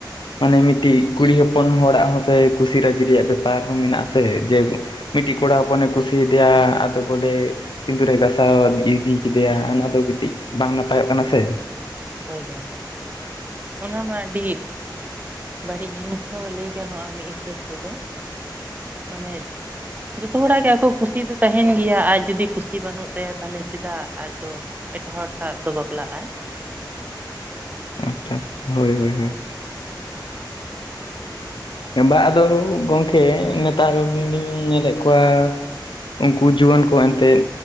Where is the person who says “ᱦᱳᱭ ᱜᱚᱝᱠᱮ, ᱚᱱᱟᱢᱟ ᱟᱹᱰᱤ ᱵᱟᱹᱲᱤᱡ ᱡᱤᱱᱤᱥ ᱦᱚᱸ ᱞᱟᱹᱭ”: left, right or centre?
Right